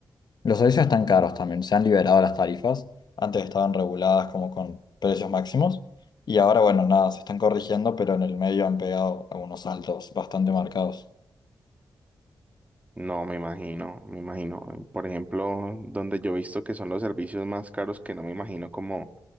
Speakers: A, on the left (about 60°); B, on the right (about 20°).
A: Los servicios están caros también, se han liberado las tarifas, antes estaban reguladas como con precios máximos y ahora, bueno, nada, se están corrigiendo, pero en el medio han pegado algunos saltos bastante marcados.
B: No, me imagino, me imagino. Por ejemplo, donde yo he visto que son los servicios más caros, que no me imagino como